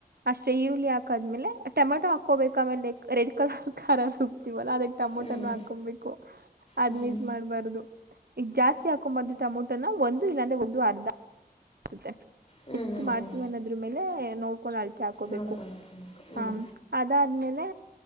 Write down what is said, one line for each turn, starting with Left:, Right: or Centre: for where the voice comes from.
Right: ಅಷ್ಟೇ ಈರುಳ್ಳಿ ಹಾಕಾದ್ಮೇಲೆ ಟೊಮೆಟೊ ಹಾಕೋಬೇಕ ಆಮೇಲೆ ರೆಡ್ ಕಲರ್ ಖಾರ ರುಬ್ಬ್ಟೆವ್ವಲ್ಲ ಅದಕ್ಕೆ. ಟಮೋಟನು
Left: ಹ್ಮ್ ಹ್ಮ್
Right: ಹಾಕೊಬೇಕು ಅದ್
Left: ಹ್ಮ್
Right: ಮೀಸ್ ಮಾಡ್ಬಾರ್ದ. ಈ ಜಾಸ್ತಿ ಹಾಕೊಂಡಬಾರ್ರೆ ಟೊಮೊಟೋನ ಒಂದು ಇಲ್ಲಾಂದ್ರೆ ಒಂದು ಅರ್ಧ ಅನ್ಸುತ್ತೆ.
Left: ಹ್ಮ್
Right: ಎಷ್ಟು ಮಾಡ್ತೀವಿ ಅನ್ನೋದ್ರ ಮೇಲೆ ನೋಡ್ಕೊಂಡ್ ಅಳತೆ ಹಾಕೋಬೇಕು
Left: ನೋಡ್ಕೊಂಡು ಹಾಕೊಬೇಕು ಹ್ಮ್
Right: ಹ್ಮ. ಅದಾದ್ಮೇಲೆ